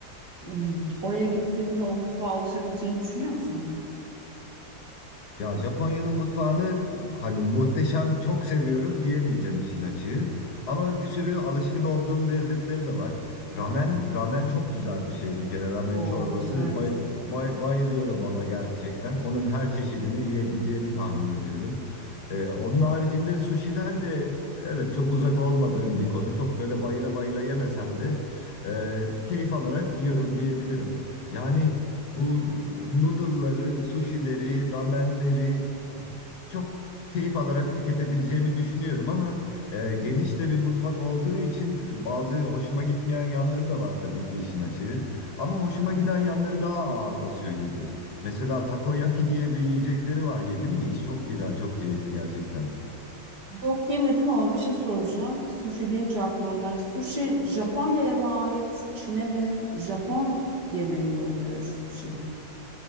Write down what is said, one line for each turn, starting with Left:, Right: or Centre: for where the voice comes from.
Right: y- Oraya gittiğinde o mutfağa alışabileceğini düşünüyor musun?
Left: Ya Japonya'nın mutfağını hani muhteşem çok seviyorum diyemeyeceğim işin açığı. Ama bir sürü alışkın olduğum lezzetleri de var. Ramen, ramen çok güzel bir şey bir kere. Ramen
Right: Oo,
Left: çorbası
Right: evet.
Left: bay, bay- bayılıyorum ona gerçekten. Onun her çeşidini yiyebileceğimi tahmin ediyorum. Ee, onun haricinde suşiler de evet çok uzak olmadığım bir konu. Çok böyle bayıla bayıla yemesem de e, keyif alarak yiyorum diyebilirim. Yani... Bu noodle'ları, sushi'leri, ramenleri çok keyif alarak tüketebileceğimi düşünüyorum ama e, geniş de bir mutfak olduğu için bazı hoşuma gitmeyen yanları da var tabii ki işin açığı. Ama hoşuma giden yanları daha ağır basıyor gibi. Mesela takoyaki diye bir yiyecekleri var. Yedim mi? Hiç çok güzel, çok keyifli gerçekten.
Right: Yok yemedim ama bir şey soracağım. Sushi deyince aklıma geldi. Sushi Japonya'ya mı ait, Çin'e mi? Japon yemeği mi oluyor şu sushi?